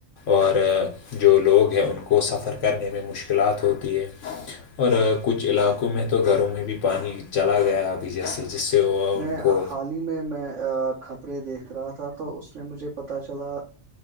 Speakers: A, on the left; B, on the right.
A: اور جو لوگ ہیں ان کو سفر کرنے میں مشکلات ہوتی ہے اور کچھ علاقوں میں تو گھروں میں بھی پانی چلا گیا ابھی جیسے جس سے وہ
B: میں
A: ان کو
B: حال ہی میں خبریں دیکھ رہا تھا تو اس نے مجھے پتا چلا